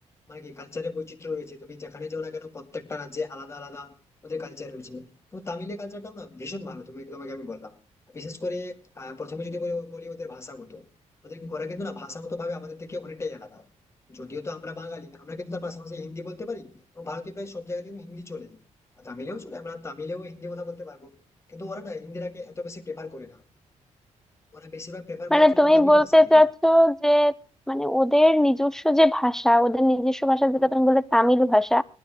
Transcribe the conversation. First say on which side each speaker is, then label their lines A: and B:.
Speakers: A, on the left (about 20°); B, in the centre.
A: মানে কি কালচারের বৈচিত্র্য রয়েছে তুমি যেখানে যাও না কেন প্রত্যেকটা রাজ্যে আলাদা আলাদা ওদের কালচার রয়েছে তো তামিলের কালচারটাও না ভীষণ ভালো তুমি তোমাকে আমি বললাম বিশেষ করে আহ, প্রথমে যদি বলি বলি ওদের ভাষাগত ওদের ওরা কিন্তু না ভাষাগত ভাবে আমাদের থেকে অনেকটাই আলাদা যদিও তো আমরা বাঙালি আমরা কিন্তু তার পাশাপাশি হিন্দি বলতে পারি এবং ভারতে প্রায় সব জায়গায় কিন্তু হিন্দি চলে আর তামিলেও চলে আমরা তামিলেও হিন্দি কথা বলতে পারবো কিন্তু ওরা না হিন্দিটাকে এত বেশি প্রেফার করে না ওরা বেশিরভাগ প্রেফার করে
B: মানে
A: চলছে
B: তুমি
A: তামিল
B: বলতে
A: ভাষা থেকে
B: চাচ্ছো যে মানে ওদের নিজস্ব যে ভাষা ওদের নিজস্ব ভাষা যেটা তুমি বললে তামিল ভাষা